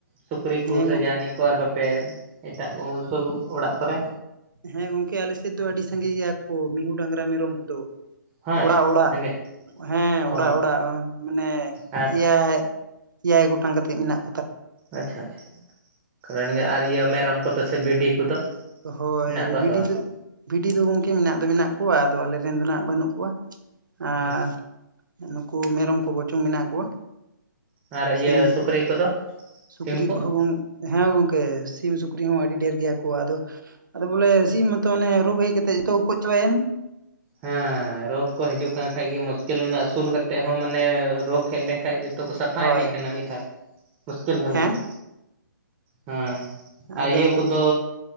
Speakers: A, on the right; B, on the right.
A: ᱥᱩᱠᱨᱤ
B: ᱦᱮᱸ
A: ᱠᱩ ᱥᱮ ᱡᱟᱦᱟᱱᱤᱡ ᱠᱚ ᱟᱨ ᱵᱟᱯᱮ ᱮᱴᱟᱜ ᱩᱠᱩ ᱚᱲᱟᱜ ᱠᱚᱨᱮ
B: ᱦᱮᱸ ᱜᱚᱝᱠᱮ ᱟᱞᱮ ᱥᱮᱫ ᱫᱚ ᱟᱹᱰᱤ ᱥᱟᱸᱜᱮ ᱜᱮᱭᱟ ᱠᱚ ᱢᱤᱦᱩ, ᱰᱟᱝᱨᱟ, ᱢᱮᱨᱚᱢ ᱠᱚᱫᱚ
A: ᱦᱮᱸ
B: ᱚᱲᱟᱜ ᱚᱲᱟᱜ
A: ᱥᱟᱸᱜᱮ
B: ᱦᱮᱸ
A: ᱚ
B: ᱚᱲᱟᱜ ᱚᱲᱟᱜ ᱢᱟᱱᱮ
A: ᱟᱨ
B: ᱮᱭᱟᱭ ᱮᱭᱟᱭ ᱜᱚᱴᱟᱝ ᱠᱟᱛᱮᱫ ᱢᱮᱱᱟᱜᱼᱼ
A: ᱟᱪᱪᱷᱟ ᱟᱪᱪᱷᱟ ᱟᱨ ᱜᱮ ᱟᱨ ᱤᱭᱟᱹ ᱢᱮᱨᱚᱢ ᱠᱚᱫᱚ ᱥᱮ ᱵᱷᱤᱰᱤ ᱠᱚᱫᱚ᱾
B: ᱦᱳᱭ
A: ᱢᱮᱱᱟᱜ
B: ᱵᱷᱤᱰᱤ
A: ᱠᱚᱣᱟ ᱥᱮ ᱵᱟᱝ
B: ᱫᱚ
A: ᱟᱪᱪᱷᱟ
B: ᱵᱷᱤᱰᱤ ᱫᱚ ᱜᱚᱢᱠᱮ ᱢᱮᱱᱟᱜ ᱫᱚ ᱢᱮᱱᱟᱜ ᱠᱚᱣᱟ ᱟᱫᱚ ᱟᱞᱮ ᱨᱮᱱ ᱫᱚ ᱱᱟᱜ ᱵᱟᱹᱱᱩᱜ ᱠᱚᱣᱟ᱾ ᱟᱨ
A: ᱟᱪᱪᱷᱟ
B: ᱱᱩᱠᱩ ᱢᱮᱨᱚᱢ ᱠᱚ ᱵᱚᱪᱚᱝ ᱢᱮᱱᱟᱜ ᱠᱚᱣᱟ᱾
A: ᱟᱨ
B: ᱥᱤᱢ
A: ᱤᱭᱟᱹ ᱥᱩᱠᱨᱤ ᱠᱚᱫᱚ
B: ᱥᱩᱠᱨᱤ
A: ᱥᱤᱢ ᱠᱚ
B: ᱠᱚᱦᱚᱸ ᱵᱚᱱᱼᱼ ᱦᱮᱸ ᱜᱚᱝᱠᱮ ᱥᱤᱢ ᱥᱩᱠᱨᱤ ᱦᱚᱸ ᱟᱹᱰᱤ ᱰᱷᱮᱨ ᱜᱮᱭᱟ ᱠᱚ ᱟᱫᱚᱼᱼ ᱟᱫᱚ ᱵᱚᱞᱮ ᱥᱤᱢ ᱢᱟᱛᱚ ᱚᱱᱮ ᱨᱳᱜᱽ ᱦᱮᱡ ᱠᱟᱛᱮ ᱡᱚᱛᱚ ᱠᱚ ᱜᱚᱡ ᱪᱟᱵᱟᱭᱮᱱ᱾
A: ᱦᱮᱸ ᱨᱳᱜᱽ ᱠᱚ ᱦᱤᱡᱩᱜ ᱠᱟᱱ ᱠᱷᱟᱡ ᱜᱮ ᱢᱩᱥᱠᱤᱞ ᱨᱮᱱᱟᱜ ᱟᱹᱥᱩᱞ ᱠᱟᱛᱮᱫ ᱦᱚᱸ ᱢᱟᱱᱮ ᱨᱳᱜᱽ ᱦᱮᱡ ᱞᱮᱱᱠᱷᱟᱱᱼᱼ ᱛᱚ ᱠᱚ ᱥᱟᱯᱷᱟ
B: ᱦᱳᱭ
A: ᱤᱫᱤᱜ ᱠᱟᱱᱟ ᱢᱤᱫ ᱫᱷᱟᱣ, ᱢᱩᱥᱠᱤᱞ ᱜᱟᱱ
B: ᱦᱮᱸ
A: ᱜᱷᱟᱹᱲᱤ, ᱦᱮᱸ ᱟᱭ
B: ᱟᱫᱚ
A: ᱤᱭᱟᱹ ᱠᱚᱫᱚ